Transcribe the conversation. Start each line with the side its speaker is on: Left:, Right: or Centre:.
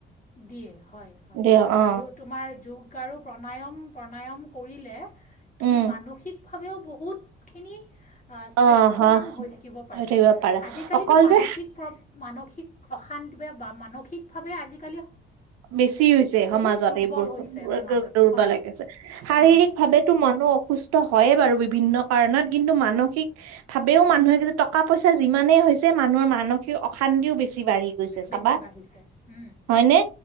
Left: দিয়ে হয় হয়
Right: দিয় অ
Left: আৰু তোমাৰ যোগ আৰু প্ৰণায়াম প্ৰণায়াম কৰিলে তুমি
Right: উম
Left: মানসিক ভাৱেও বহুত খিনি আ
Right: অ
Left: স্বাস্থ্যৱান
Right: হ
Left: হৈ থাকিব পাৰি
Right: হৈ থাকিব পাৰা
Left: আজিকালিতো
Right: অকল
Left: মানসিক
Right: যে
Left: প্ৰব মানসিক অশান্তি বা বে মানসিকভাৱে আজিকালি
Right: বেছি হৈছে সমাজত
Left: বহুত দুৰ্বল
Right: এইবোৰ
Left: হৈছে সমাজত
Right: দৌৰ্বা
Left: হয়
Right: লাগে শাৰীৰিক
Left: উম
Right: ভাৱেতো মানুহ অসুস্থ হয়ে বাৰু বিভিন্ন কাৰণত কিন্তু মানসিক ভাৱেও মানুহে যে টকা পইচা যিমানেই হৈছে যে মানুহৰ মানসিক অশান্তিও বেছি বাঢ়ি গৈছে চাবা
Left: বেছি বাঢ়িছে উম
Right: হয়নে